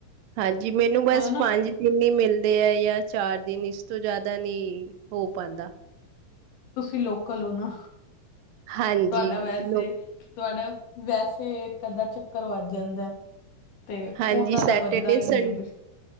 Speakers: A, on the right; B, on the left.
A: ਹਾਂਜੀ ਮੈਨੂੰ ਬਸ
B: ਉਹਦਾ ਨਾ
A: ਪੰਜ ਦੀਨ ਇ ਮਿਲਦੇ ਏ ਯਾਂ ਚਾਰ ਦਿਨ ਇਸ ਤੋਂ ਜ਼ਿਆਦਾ ਨੀ ਹੋ ਪਾਂਦਾ।
B: ਤੁਸੀਂ ਲੋਕਲ ਓ ਨਾ,
A: ਹਾਂਜੀ
B: ਤੁਆਡਾ ਵੈਸੇ
A: ਲੋਕ
B: ਈ ਤੋਆਡਾ ਵੈਸੇ ਏਕ ਅੱਧਾ ਚੱਕਰ ਵੱਜ ਜਾਂਦਾ। ਤੇ
A: ਹਾਂਜੀ
B: ਓਨਾਂ ਦਾ
A: ਸੈਟਰਡੇ
B: ਵੱਜਦਾ ਈ ਨੀਏ
A: ਸੰ
B: ਫੇਰ,